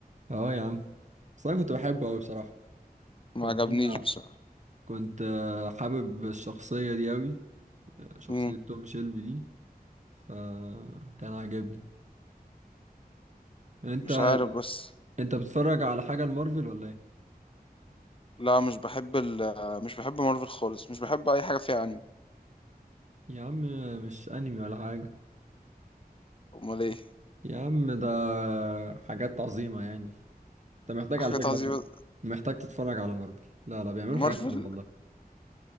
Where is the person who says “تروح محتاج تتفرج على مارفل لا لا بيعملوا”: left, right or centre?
Right